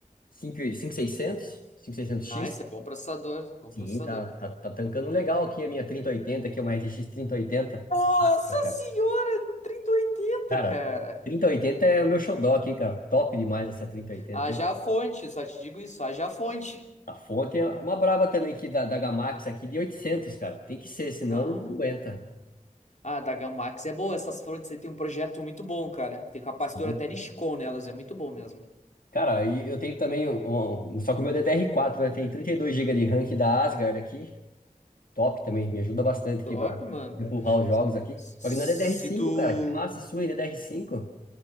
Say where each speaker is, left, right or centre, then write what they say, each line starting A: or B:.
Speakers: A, on the left; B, on the left.
A: cinco e- 5600, seiscentos cinco mil e seiscentos
B: Nice,
A: x
B: é bom processador, bom
A: Sim,
B: processador.
A: tá, tá, tá tancando legal aqui a minha trinta e oitenta que é uma RTX 3080.
B: Nossa
A: Nossa, cara.
B: senhora, trinta e oitenta,
A: Cara,
B: cara.
A: trinta e oitenta é o meu xodó aqui, cara. Top demais essa trinta e oitenta
B: Haja
A: hein?
B: fonte, só te digo isso, haja fonte.
A: A fonte é uma braba também aqui da, da Gamax aqui de oitocentos cara. Tem que ser, senão
B: Ah,
A: não aguenta.
B: ah, da Gamax é boa, essas fontes aí tem um projeto muito bom, cara. Tem um capacitor
A: Sim.
B: até Nishikon nelas, é muito bom mesmo.
A: Cara, e eu tenho também, um, um- só que o meu ddr quatro né? Tem 32 gigas de RAM aqui da Asgard aqui. Top também, me ajuda bastante
B: Top,
A: aqui para
B: mano.
A: empurrar os jogos aqui.
B: Se
A: Só que não é DDR5,
B: tu.
A: cara. Que massa sua, hein, DDR5.